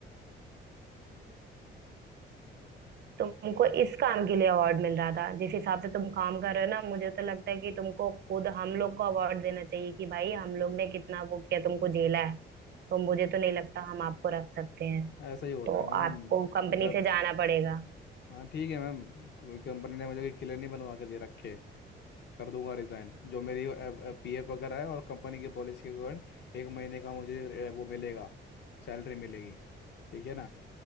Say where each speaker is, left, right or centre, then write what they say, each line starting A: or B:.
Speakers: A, on the right (about 60°); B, on the left (about 60°).
A: तुमको इस काम के लिए अवार्ड मिल रहा था जिस हिसाब से तुम काम कर रहे हो ना मुझे तो लगता है कि तुमको खुद हम लोग को अवार्ड देना चाहिए कि भाई हम लोग ने कितना वो किया तुमको झेला है तो मुझे तो नहीं लगता हम आपको रख सकते हैं
B: ऐसा ही होता
A: तो
B: है मैम
A: आपको कंपनी
B: जब
A: से जाना पड़ेगा
B: हाँ ठीक है मैम कोई कंपनी ने मुझे कोई क्लियर नहीं बनवा के दे रखे कर दूंगा रिज़ाइन जो मेरी पीएफ वगैरह है और कंपनी की पॉलिसी के कारण एक महीने का मुझे अ, वो मिलेगा सैलरी मिलेगी ठीक है ना